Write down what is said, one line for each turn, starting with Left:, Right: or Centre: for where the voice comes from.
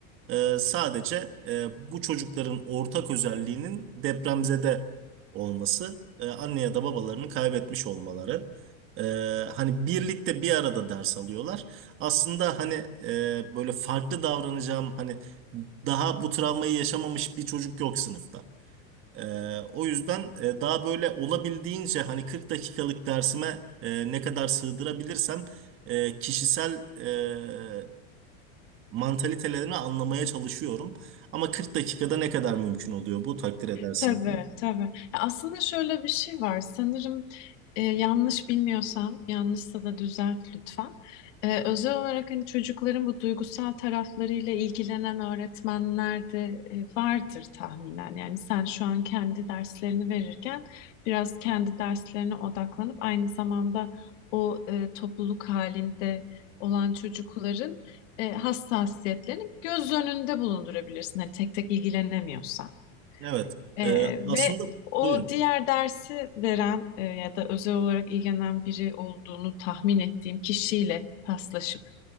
Right: Ee, sadece e, bu çocukların ortak özelliğinin depremzede olması, e, anne ya da babalarını kaybetmiş olmaları. Ee, hani birlikte bir arada ders alıyorlar. Aslında hani e, böyle farklı davranacağım hani daha bu travmayı yaşamamış bir çocuk yok sınıfta. Ee, o yüzden e, daha böyle olabildiğince hani 40 dakikalık dersime e, ne kadar sığdırabilirsem e, kişisel e, mantalitelerini anlamaya çalışıyorum. Ama 40 dakikada ne kadar mümkün oluyor bu takdir edersin
Left: Tabii,
Right: ki.
Left: tabii. Ya aslında şöyle bir şey var. Sanırım e, yanlış bilmiyorsam, yanlışsa da düzelt lütfen. E, özel olarak hani çocukların bu duygusal taraflarıyla ilgilenen öğretmenler de e, vardır tahminen. Yani sen şu an kendi derslerini verirken biraz kendi derslerine odaklanıp aynı zamanda o e, topluluk halinde olan çocukların e, hassasiyetlerini göz önünde bulundurabilirsin. Hani tek tek ilgilenemiyorsan.
Right: Evet.
Left: Ee,
Right: E, aslında
Left: ve o
Right: buyurun.
Left: diğer dersi veren e, ya da özel olarak ilgilenen biri olduğunu tahmin ettiğim kişiyle paslaşıp